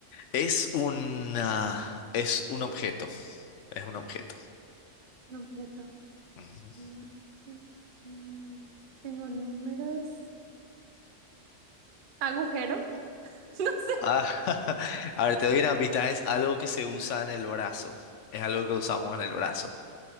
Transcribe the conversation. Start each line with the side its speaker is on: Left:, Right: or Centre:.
Left: Es una, es un objeto, es un objeto.
Right: Un objeto.
Left: Ujú.
Right: Un objeto. Eh, Tengo números. Agujero. <laughs> No sé.
Left: Ah, <laughs> a ver, te doy una pista, es algo que se usa en el brazo. Es algo que usamos en el brazo.